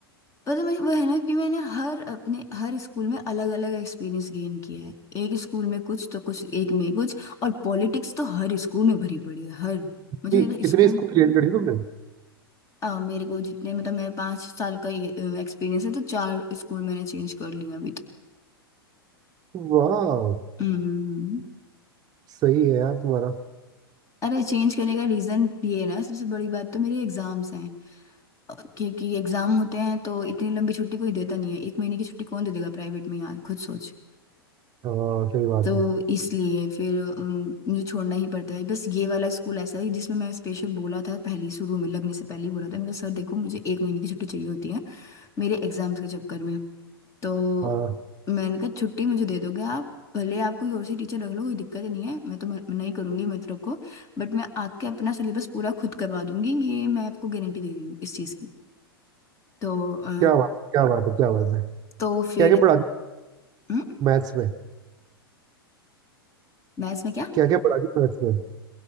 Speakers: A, on the left; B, on the right.
A: पर मैं वो है ना कि मैंने हर अपने हर स्कूल में अलग अलग एक्सपीरियंस गेन किया है एक स्कूल में कुछ तो कुछ एक में कुछ और पॉलिटिक्स तो हर स्कूल में भरी पड़ी है हर
B: कि-
A: मुझे
B: कितने
A: स्कूल
B: स्कूल चेंज करी तुमने
A: अ, मेरे को जितने मतलब मेरे पाँच साल का एक्सपीरियंस है तो चार स्कूल मैंने चेंज कर लिए हैं अभी तक
B: वाह
A: हम्म
B: सही है यार तुम्हारा
A: अरे चेंज करने का रीजन ये है ना सबसे बड़ी बात तो मेरी एग्जाम्स हैं अ, क्योंकि एग्जाम होते हैं तो इतनी लंबी छुट्टी कोई देता नहीं है एक महीने की छुट्टी कौन दे देगा प्राइवेट में यार खुद सोच
B: हाँ सही बात
A: तो
B: है
A: इसलिए फिर अम, मुझे छोड़ना ही पड़ता है बस ये वाला स्कूल ऐसा है जिसमें मैं स्पेशल बोला था पहले शुरू में लगने से पहले ही बोला था मेरा सर देखो मुझे एक महीने की छुट्टी चाहिए होती है मेरे एग्जाम्स के चक्कर में तो
B: हाँ
A: मैंने कहा छुट्टी मुझे दे दोगे आप भले आप कोई और सी टीचर रख लो कोई दिक्कत नहीं है मैं तो मन- मना ही करूंगी मत रखो बट मैं आके अपना सिलेबस पूरा खुद करवा दूंगी ये मैं आपको गारंटी दे रही हूँ इस चीज़ की तो अ,
B: क्या बात क्या बात है क्या बात है
A: तो फिर
B: क्या क्या पढ़ाती
A: हम्म,
B: मैथ्स में
A: मैथ्स में क्या
B: क्या क्या पढ़ाती मैथ्स में